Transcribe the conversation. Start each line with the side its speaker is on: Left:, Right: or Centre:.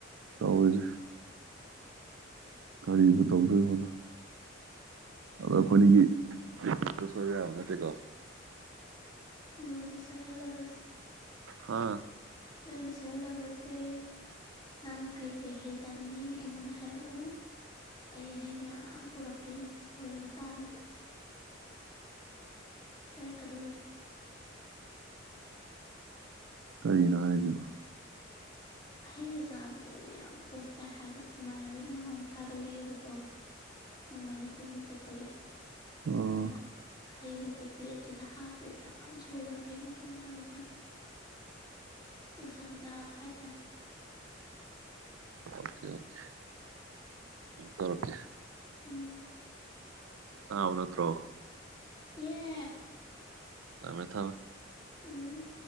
Right: ꯇꯧꯋꯤꯖ‌ꯦ ꯀꯔꯤꯕ ꯇꯧꯗꯣꯏꯕꯅ‌ꯣ ꯑꯗꯣ ꯑꯩꯈꯣꯏꯅꯤꯒꯤ <unintelligible> ꯁꯣꯏꯕ ꯌꯥꯕ ꯅꯠꯇꯦꯀꯣ
Left: <unintelligible> ꯗꯤ ꯁ‌ꯣꯏꯍꯜꯂꯥꯔꯣꯏꯁ
Right: ꯍꯥ
Left: <unintelligible> ꯗꯤ ꯁ‌ꯣꯏꯍꯜꯂꯔꯣꯏꯁꯦ ꯅꯪ ꯀꯩꯀꯩ ꯍꯩ ꯆꯥꯅꯤꯡꯉꯤ ꯑꯩꯉꯣꯟꯗ ꯍꯥꯏꯔꯛꯎ ꯑꯩ ꯍꯩ ꯃꯌꯥꯝ ꯄꯨꯔꯛꯇꯣꯏꯅ‌ꯦ ꯁꯣꯏꯔꯒ ꯆꯥꯅꯕ ꯂꯩꯔꯛꯀꯗꯧꯔꯤꯕꯅ‌ꯦ
Right: ꯀꯔꯤꯅꯣ ꯍꯥꯏꯖꯤꯕꯨ
Left: ꯍꯩꯒ ꯆꯥꯕꯗꯣ ꯑꯩ ꯌꯥꯝ ꯄꯣꯁ ꯇꯥꯏ ꯍꯥꯏꯕ ꯏꯃꯥꯟꯅꯕꯤꯅ ꯉꯥꯍꯥꯃꯨꯛ ꯊꯥꯒꯠꯂꯑꯦꯕꯀꯣ ꯃ‌ꯣꯏ ꯑꯃꯥꯏꯅ ꯄꯤꯛꯅꯤꯛ ꯆꯠꯄꯒꯤ
Right: ꯑꯥ
Left: ꯑꯗꯨꯅ ꯍꯩꯒꯁꯦ ꯄ꯭ꯂꯦꯠꯁꯤꯗ ꯍꯥꯞꯄꯦꯕ ꯌꯥꯝ ꯁꯣꯏꯔꯒ ꯍꯩ ꯃꯈꯜ ꯃꯈꯜ ꯃꯈꯜ ꯃꯈꯟ ꯄꯣꯁ ꯌꯥꯝ ꯇꯥꯕ ꯍꯥꯏꯇꯥꯔꯦ
Right: ꯑꯣꯀꯦ ꯑꯣꯀꯦ ꯂꯧꯔꯀꯦ
Left: ꯎꯝ
Right: ꯇꯥꯕꯥ ꯅꯠꯇ꯭ꯔꯣ
Left: ꯌꯦ
Right: ꯊꯃꯦ ꯊꯃꯦ
Left: ꯎꯝ